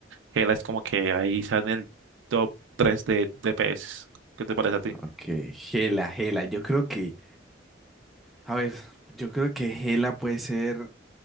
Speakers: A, on the right (about 80°); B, in the centre.
A: Hela es como que ahí está en el top 3 de DPS. ¿Qué te parece a ti?
B: Ok, Gela, Gela. Yo creo que, a ver, yo creo que Gela puede ser.